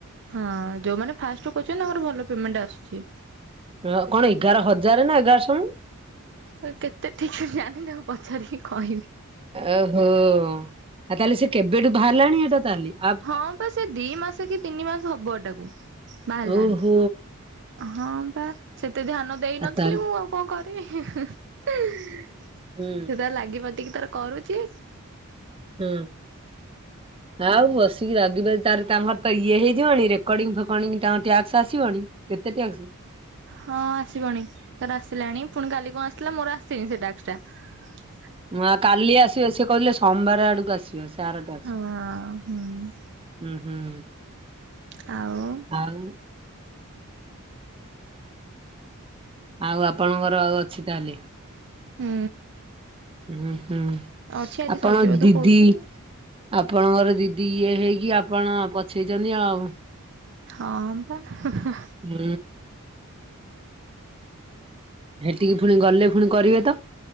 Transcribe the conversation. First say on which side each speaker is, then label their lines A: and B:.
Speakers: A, on the right; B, on the right.
A: ହଁ ଯୋଉମାନେ ଫାଷ୍ଟରୁ କରୁଚନ୍ତି ତାଙ୍କର ଭଲ ପେମେଣ୍ଟ ଆସୁଛି।
B: ହ କଣ ଏଗାର ହଜାର ନା ଏଗାରଶହ ମ୍?
A: ଆଉ କେତେ ଠିକ୍ସେ ଜାଣିନି ତାଙ୍କୁ ପଚାରିକି କହିବି।
B: ଓହୋ, ଆଉ ତାହେଲେ ସେ କେବେଠୁ ବାହାରିଲାଣି ଏଟା ତାଲି ଆପ୍
A: ହଁ
B: ଟା
A: ପା ସେ ଦି ମାସେ କି ତିନି ମାସେ ହବ ଏଟାକୁ। ବାହାରିଲାଣି।
B: ଓହୋ।
A: ହଁ ପାଁ ସେତେ ଧ୍ୟାନ ଦେଇ
B: ଆ
A: ନଥିଲି
B: ତାହେଲେ
A: ମୁଁ ଆଉ କଣ କରିବି, ହି-ହି-ଇନ୍।
B: ହୁଁ
A: ସେ ତାର ଲାଗି ପାତିକି ତାର କରୁଚି।
B: ହୁଁ ଆଉ ବସିକି <unintelligible> ମୁଁ କହିଲି ତାଙ୍କର ତ ଇଏ ହେଇଯିବଣି ରେକର୍ଡିଙ୍ଗ ଫେକର୍ଡିଙ୍ଗ ତାଙ୍କର ଟ୍ୟାକ୍ସ ଆସିବଣି? କେତେ ଟ୍ୟାକ୍ସ?
A: ହଁ ଆସିବଣି ତାର ଆସିଲାଣି ପୁଣି କାଲି କଣ ଆସିିଥିଲା, ମୋର ଆସିନି ସେ ଟ୍ୟାକ୍ସଟା।
B: ଆ କାଲି ଆସିବ ସେ କହିଲେ ସୋମବାର ଆଡକୁ ଆସିବ ସେ ଆରଟ୍ୟାକ୍ସ।
A: ହଁ ହୁଁ।
B: ହୁଁ, ହୁଁ।
A: ଆଉ
B: ଆଉ ଆଉ ଆପଣଙ୍କର ଆଉ ଅଛି ତାହେଲେ?
A: ହୁଁ।
B: ଓଁ ହୁଁ
A: ଅଛି ଆଜି
B: ଆପଣଙ୍କ
A: ସଜିବ
B: ଦିଦି
A: ତ କହୁଛନ୍ତି
B: ଆପଣଙ୍କର ଦିଦି ଇଏ ହେଇକି ଆପଣ ପଛେଇଛନ୍ତି ଆଉ।
A: ହଁ ପା ହେ-ହେ।
B: ହୁଁ। ହେଠିକି ଫୁଣି ଗଲେ ଫୁଣି କରିବେ ତ?